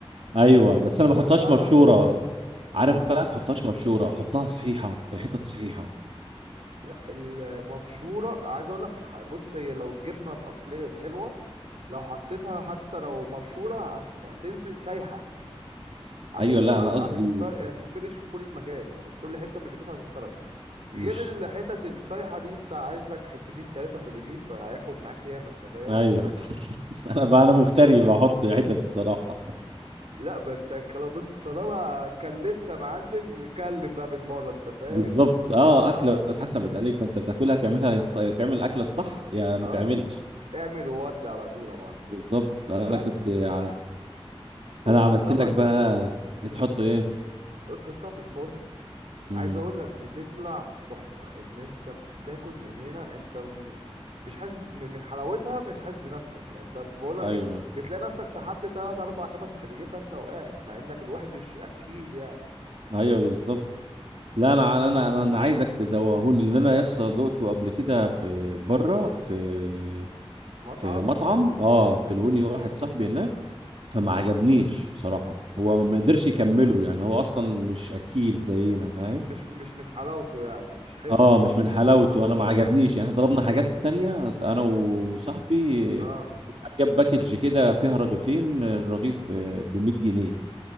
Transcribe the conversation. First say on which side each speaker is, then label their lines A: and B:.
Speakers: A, on the right; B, on the right.
A: ايوه
B: ودخ...
A: بس انا
B: ودخلها
A: بحطهاش مبشوره
B: الفرن
A: عارف
B: انت ب-
A: بقى تحطهاش مبشوره حطها صحيحه الحتت صحيحه
B: لا المبشورة عايز اقول لك ح- بص هي لو الجبنة الأصلية الحلوة لو حطيتها حتى لو مبشورة هت... هتنزل سايحة هتتفرش
A: ايوه لا انا قصدي
B: هتتفر... هتتفرش في كل مكان يعني في كل حتة في الرجيف هتتفرش
A: مش
B: غير الحتت الصيحة دي انت عايز لك حتتين تلاتة في الرجيف هياخد معاك ياما انت فاهم
A: ايوه <laughs> انا بقى انا مفتري بحط حتت الصراحه
B: لا ما انت خلاص بص طالما كلفت يا معلم كلف بقى بالمرة انت فاهم
A: بالظبط اه
B: اه
A: اكله اتحسبت عليك فانت بتاكلها تعملها يص... تعمل الاكله الصح يا ما
B: اه
A: تعملش
B: اعمل وود على طول يا معلم
A: بالظبط انا
B: بس
A: كنت ع...
B: وتحطها
A: انا عملت لك
B: بقى
A: بقى
B: في... مم.
A: تحط ايه
B: وتحطها في الفرن
A: امم
B: عايز اقول لك بتطلع تحفة ان انت بتاكل من هنا انت م- مش حاسس ب- من حلاوتها مش حاسس بنفسك يعني انت بقول لك
A: ايوه
B: ب... بتلاقي نفسك سحبت تلات اربع خمس سرجيفة انت وقاعد مع انك الواحد مش اكيل يعني
A: ايوه بالظبط لا انا انا انا أنا عايزك تدوقهوني لان انا يسطا دقته قبل كده في بره في
B: مطعم
A: في مطعم اه
B: مم.
A: كلهوني واحد صاحبي هناك فما عجبنيش بصراحه هو ما قدرش يكمله يعني هو اصلا مش اكيل زينا فاهم
B: مش مش من حلاوته يعني مش حلو
A: اه مش من حلاوته انا ما عجبنيش
B: اه
A: يعني احنا طلبنا حاجات تانية انا وصاحبي
B: اه
A: كنت جاب باكج كده فيها رغيفين الرغيف ب 100 جنيه